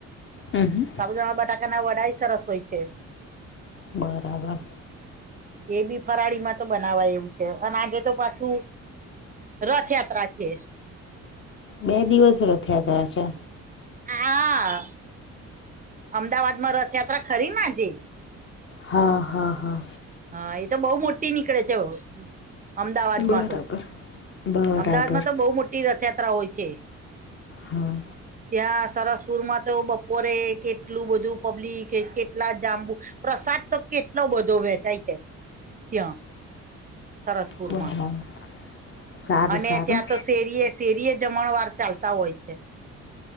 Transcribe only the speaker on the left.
હમ્મ.
બરાબર.
બે દિવસ રથયાત્રા છે.
હા હા હા.
બરાબર.
બરાબર.
હા.
બરાબર. સારું
સારું